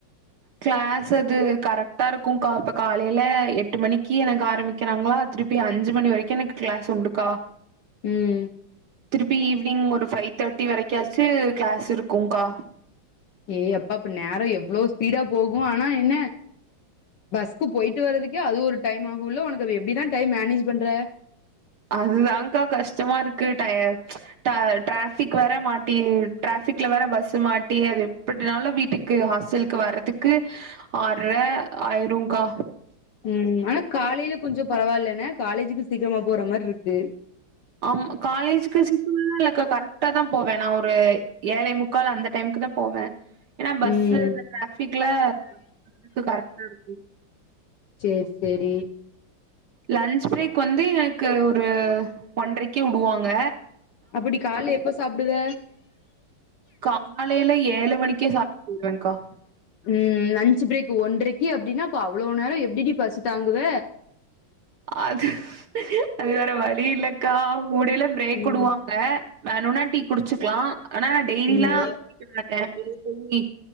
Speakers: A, on the right; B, on the left.
A: கிளாஸ் அது கரெக்டா இருக்குக்கா இப்ப காலையில எட்டு மணிக்கி எனக்கு ஆரம்பிக்கிறாங்களா திருப்பி அஞ்சு மணி வரைக்கு எனக்கு கிளாஸ் உண்டுக்கா
B: ம்
A: திருப்பி ஈவினிங் ஒரு ஃபைவ் தேர்ட்டி வரைக்காச்சு கிளாஸ் இருக்குங்க்கா
B: ஏய் அப்பா அப்ப நேர எவ்ளோ ஸ்பீடா போகு ஆனா என்ன பஸ்க்கு போயிட்டு வர்றதுக்கே அது ஒரு டைம் ஆகுல்ல ஒனக்கு அப்ப எப்டிதா டைம் மேனேஜ் பண்ற
A: அதுதான்கா கஷ்டமா இருக்கு டய ட டிராஃபிக் வேற மாட்டி டிரா ஃபிக்ல வேற பஸ்ஸு மாட்டி அது எப்டினாலும் வீட்டுக்கு ஹாஸ்டலுக்கு வரதுக்கு ஆர்ற ஆயிருங்க்கா
B: ம் ஆனா காலையில கொஞ்ச பரவாயில்லன்ன காலேஜுக்கு சீக்கிரமா போற மாரி இருக்கு
A: ஆமா காலேஜுக்கு <inaudible> இல்லக்கா கரெக்டாதா போவ நா ஒரு ஏழேமுக்கால் அந்த டைமுக்கு தா போவ ஏன்னா பஸ்ஸு
B: ம்
A: இந்த டிராஃபிக்ல போறதுக்கு கரெக்ட்டா இருக்கு
B: சேரி சேரி
A: லன்ச் பிரேக் வந்து எனக்கு ஒரு ஒன்றைக்கு உடுவாங்க
B: அப்ப நீ கால்ல எப்ப சாப்டுவ
A: காலையில ஏழு மணிக்கே சாப்ட்டுருவேக்கா
B: ம் லன்ச்சு பிரேக் ஒன்றைக்கு அப்டின்னா அப்போ அவ்ளோ நேர எப்படிடி பசி தாங்குவ
A: அது அது வேற வழி இல்லக்கா முடையில பிரேக்
B: ம்
A: உடுவாங்க வேணுன்னா டீ குடிச்சுக்கலா ஆனா நா டெய்லிலா
B: ம்
A: குடிக்க மாட்ட வெளியே போய் டீ